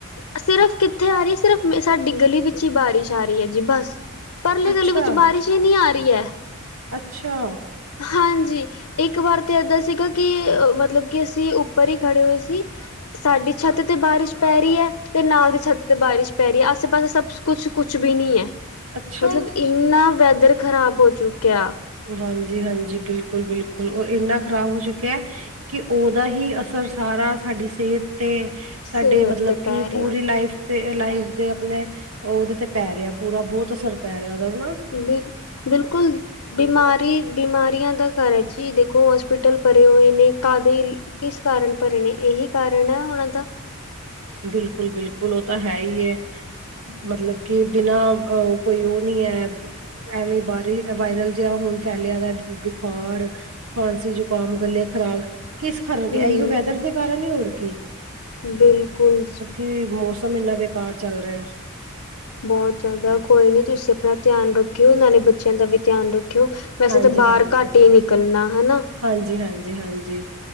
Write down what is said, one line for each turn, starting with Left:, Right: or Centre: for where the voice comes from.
Left: ਸਿਰਫ਼ ਕਿੱਥੇ ਆ ਰਹੀ ਹੈ? ਸਿਰਫ਼ ਸਾਡੀ ਗਲੀ ਵਿੱਚ ਹੀ ਬਾਰਿਸ਼ ਆ ਰਹੀ ਹੈ ਜੀ ਬਸ। ਪਰਲੀ
Right: ਅੱਛਾ
Left: ਗਲੀ ਵਿੱਚ ਬਾਰਿਸ਼ ਹੀ ਨੀ ਆ ਰਹੀ ਹੈ।
Right: ਅੱਛਾ।
Left: ਹਾਂਜੀ। ਇੱਕ ਵਾਰ ਤੇ ਏਦਾਂ ਸੀਗਾ, ਕਿ ਮਤਲਬ ਕਿ ਅਸੀਂ ਉੱਪਰ ਹੀ ਖੜੇ ਹੋਏ ਸੀ। ਸਾਡੀ ਛੱਤ ਤੇ ਬਾਰਿਸ਼ ਪੈ ਰਹੀ ਐ, ਤੇ ਨਾਲ ਦੀ ਛੱਤ ਤੇ ਬਾਰਿਸ਼ ਪੈ ਰਹੀ ਐ, ਆਸੇ- ਪਾਸੇ ਸਭ ਕੁਛ-ਕੁਛ ਵੀ ਨੀ ਐ,
Right: ਅੱਛਾ
Left: ਮਤਲਬ ਇੰਨਾ ਵੈਦਰ ਖਰਾਬ ਹੋ ਚੁੱਕਿਆ।
Right: ਹਾਂਜੀ-ਹਾਂਜੀ, ਬਿਲਕੁਲ-ਬਿਲਕੁਲ, ਅ ਇੰਨਾ ਖਰਾਬ ਹੋ ਚੁੱਕਿਆ ਕਿ ਉਹਦਾ ਹੀ ਅਸਰ ਸਾਰਾ ਸਾਡੀ ਸਿਹਤ ਤੇ
Left: ਸਿਹਤ
Right: ਸਾਡੇ ਮਤਲਬ
Left: ਤੇ ਪੈ
Right: ਕਿ
Left: ਰਿਹਾ
Right: ਪੂਰੀ ਲਾਈਫ ਤੇ ਇਹ ਲਾਈਫ ਦੇ ਆਪਣੇ, ਉਹਦੇ ਤੇ ਪੈ ਰਿਹਾ ਪੂਰਾ, ਬਹੁਤ ਅਸਰ ਪੈ ਰਿਹਾ ਹਨਾ।
Left: ਬਿਲ ਬਿਲਕੁਲ ਬਿਮਾ ਸਾਰੀ ਬਿਮਾਰੀਆਂ ਦਾ ਘਰ ਐ ਜੀ, ਦੇਖੋ ਹੋਸਪਿਟਲ ਭਰੇ ਹੋਏ ਨੇ, ਕਾਹਦੇ ਲ ਕਿਸ ਕਾਰਨ ਭਰੇ ਨੇ, ਇਹੀ ਕਾਰਨ ਹੈ ਉਹਨਾਂ ਦਾ।
Right: ਬਿਲਕੁਲ- ਬਿਲਕੁਲ ਉਹ ਤਾਂ ਹੈ ਈ ਐ, ਮਤਲਬ ਕਿ ਬਿਨਾਂ ਅਹ ਕੋਈ ਉਹ ਨੀ ਐ, ਐਵੇਂ ਵਾਇ ਵਾਇਰਲ ਜਿਹਾ ਹੁਣ ਫੈਲਿਆ ਆ, ਬੁ ਬੁਖਾਰ ਖਾਂਸੀ, ਜ਼ੁਕਾਮ, ਗਲੇ ਖ਼ਰਾਬ ਕਿਸ ਕਾਰਨ,
Left: ਹਮ
Right: ਇਹੀਓ ਵੈਦਰ ਦੇ ਕਾਰਨ ਹੀ, ਹੋਰ ਕੀ?
Left: ਬਿਲਕੁਲ ਜੀ।
Right: ਇਹ ਮੌਸਮ ਇੰਨਾ ਬੇਕਾਰ ਚੱਲ ਰਿਹਾ।
Left: ਬਹੁਤ ਜ਼ਿਆਦਾ, ਕੋਈ ਨੀ ਤੁਸੀਂ ਆਪਣਾ ਧਿਆਨ ਰੱਖਿਓ, ਨਾਲੇ ਬੱਚਿਆਂ ਦਾ ਵੀ ਧਿਆਨ ਰੱਖਿਓ। ਵੈਸੇ
Right: ਹਾਂਜੀ
Left: ਤਾਂ ਬਾਹਰ
Right: ਹਾਂਜੀ
Left: ਘੱਟ ਈ ਨਿਕਲਣਾ, ਹਨਾ।
Right: ਹਾਂਜੀ- ਹਾਂਜੀ- ਹਾਂਜੀ,